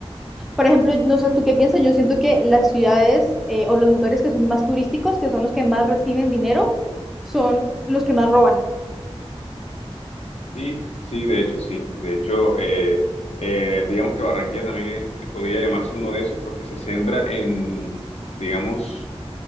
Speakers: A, in the centre; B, on the left.
A: Por ejemplo, no sé, ¿tú qué piensas? Yo siento que las ciudades eh, o los lugares que son más turísticos, que son los que más reciben dinero, son los que más roban.
B: Sí, sí, de hecho sí. De hecho, eh, eh, digamos que Barranquilla también eh, podría llamarse uno de esos porque se centra en, digamos,